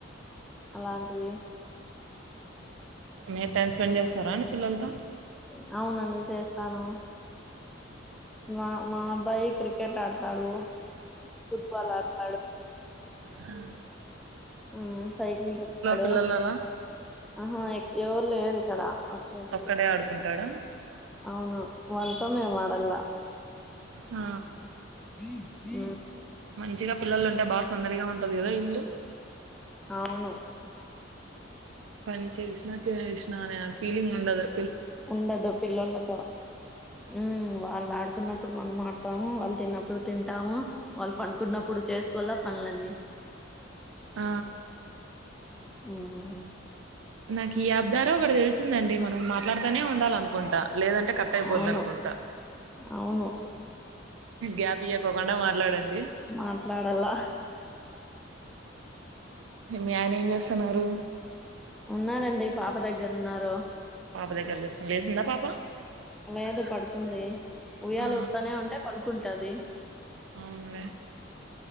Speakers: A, in the centre; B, on the right.
A: అలాంటివి
B: మీ టైం స్పెండ్ చేస్తారా అండి పిల్లలతో
A: ఉ అవునండి చేస్తాను. మా మాఅబ్బాయి క్రిక్ క్రికెట్ ఆడతాడు ఫుట్బల్ ఆడతాడు
B: హా
A: ఉమ్ సైకిలి తోకుతాడు
B: పిల్లలు అలా
A: ఆహా ఎవరు లేరు ఇక్కడ వాచెకి
B: ఒక్కడే ఆడుకుంటాడా
A: అవును వాంతో మెమ్ అడాలా
B: ఆ
A: ఉమ్
B: మంచిగా పిల్లలుంటే బా సందడిగా ఉంటది కదా ఇల్లు
A: అవును
B: పని చేష్ణ చేషణనే ఫీలింగ్ ఉండది
A: ఉండదు పిల్లలతో ఉమ్ వాళ్ళు ఆడుకున్నప్పుడు ఇప్పుడు మనం ఆడతాము వాళ్ళు తిన్నప్పుడు తింటాము వాళ్ళు పడుకున్నప్పుడు చేసుకోవాల పనులన్నీ
B: ఆ
A: ఉమ్
B: నాకు ఈ అబ్దారో ఒకడ తెలిసిందండి మనం మాట్లాడుతనే ఉండాల అనుకుంటా లేదంటే కట్ అయిపోద్ద
A: అవును
B: అనుకుంటా
A: అవును
B: గ్యాప్ ఇ్యకోకుండా మాట్లాడం
A: మాట్లాడలా
B: మీ అయినా ఏం చేస్తున్నారు
A: ఉన్నారంండి పాప దగ్గర ఉన్నారు
B: పాప దగ్గర చూసుకుని లేసిందా పాప
A: లేదు పడుకుంది ఉయ్యాల
B: ఆ
A: వతానే ఉంటే పడుకుం ట్టది
B: అవునులే